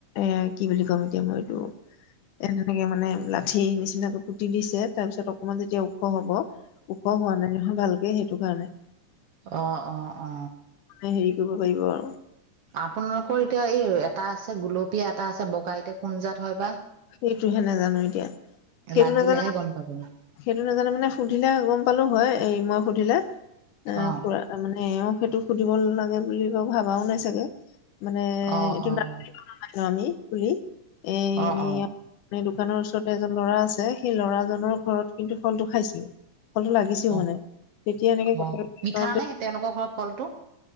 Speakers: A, on the left; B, on the right.
A: এ কি বুলি কম এতিয়া মই এইটো এ তেনেকে মানে লাঠি নিচিনাকৈ পুতি দিছে তাৰ পিছত অকমান যেতিয়া ওখ হব ওখ হোৱা নাই নহয় ভালকে সেইটো কাৰণে
B: অ অ অ
A: হেৰি কৰিব পাৰিব আৰু
B: আপোনালোকৰ এতিয়া এই এটা আছে গুলপীয়া এটা আছে বগা এতে কোনজাত হয় বা
A: সেইটোহে নাজানো এতিয়া। সেইটো
B: লাগিলেহে
A: নাজানো
B: গম পাব
A: সেইটো নাজানো মানে সুধিলে গম পালো হয় এই মই সুধিলে এ
B: অ
A: পুৰা তাৰ মানে এওঁও সেইটো সুধিব লাগে বুলি বাৰ ভাবাও নাই চাগে মানে
B: অ
A: এইটো
B: অ
A: ন আমি পুলি এই
B: অ অ
A: মানে দোকানৰ ওচৰতে এজন ল'ৰা আছে সেই লৰাজনৰ ঘৰত কিন্তু ফলটো খাইছিল ফলটো লাগিছিল <unintelligible>
B: অ
A: মানে তেতিয়া এনেকে
B: অ
A: কথা
B: মিঠা নে তেওঁলোকৰ ঘৰ ফলটো